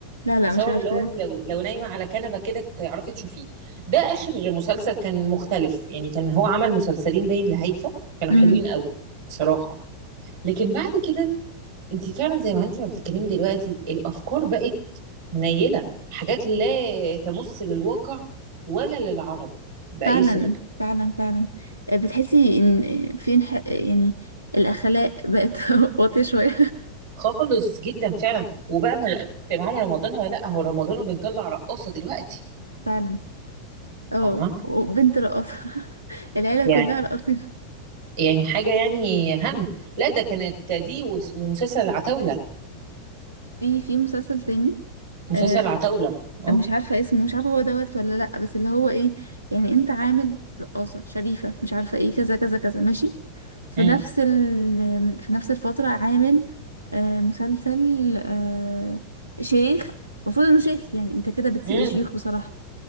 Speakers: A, on the right; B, on the right.
A: لا لا
B: تصور
A: مش عارفة
B: اللي هو انت لو لو نايمه على كنبه كده تعرفي تشوفيه ده اخر مسلسل كان مختلف يعني كان هو عمل مسلسلين باين لهيفا كانوا
A: امم
B: حلوين قوي بصراحه لكن بعد كده انت فعلا زي ما انت ما بتتكلمي دلوقتي الافكار بقت منيله حاجات لا تمس للواقع ولا للعرب باي
A: فعلا
B: صله
A: فعلا فعلا بتحسي ان في انح... يعني الاخلاق بقت <laughs> واطية شوية
B: خالص جدا فعلا وبقى ما بقاش معاهم رمضان ولا لا هو رمضان وبنطلع رقاصه دلوقتي
A: فعلا اه
B: فاهمه
A: وبنت رقاصة <laughs> العيلة
B: يعني
A: كلها راقصين
B: يعني حاجة يعني هم لا ده كانت دي وس- ومسلسل العتاولة
A: في في مسلسل تاني
B: مسلسل
A: آه،
B: العتاولة اه
A: مش عارفة اسمه مش عارفة هو دوت ولا لأ بس اللي هو ايه يعني انت عامل رقاصة شريفة مش عارفة ايه كذا كذا كذا ماشي في
B: مم.
A: نفس ال في نفس الفترة عامل آه مسلسل آه شيخ المفروض انه شيخ يعني انت كده بتسيء
B: مم.
A: الشيوخ بصراحة